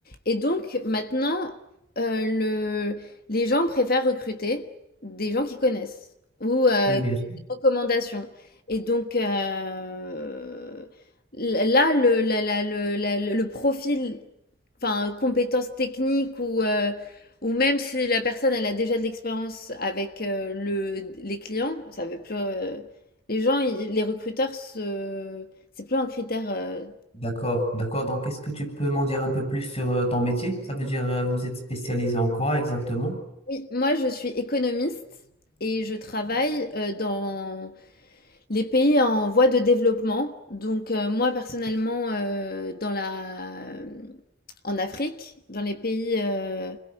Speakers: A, on the left; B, on the left.
A: Et donc maintenant, euh, le... Les gens préfèrent recruter des gens qu'ils connaissent ou euh,
B: Oui,
A: des
B: bien sûr.
A: recommandations. Et donc euh, l- là, le, la- la- le, la- le- le profil, enfin compétences techniques ou, euh, ou même si la personne elle a déjà de l'expérience avec euh, le, les clients, ça veut plus. euh, les gens, ils- les recruteurs, se- c'est plus un critère. euh.
B: D'accord, d'accord. Donc, est-ce que tu peux m'en dire un peu plus sur euh, ton métier? Ça veut dire, euh, vous êtes spécialisé en quoi exactement?
A: Oui, moi je suis économiste et je travaille euh, dans Les pays en voie de développement, donc euh, moi personnellement euh, dans la, en Afrique, dans les pays euh,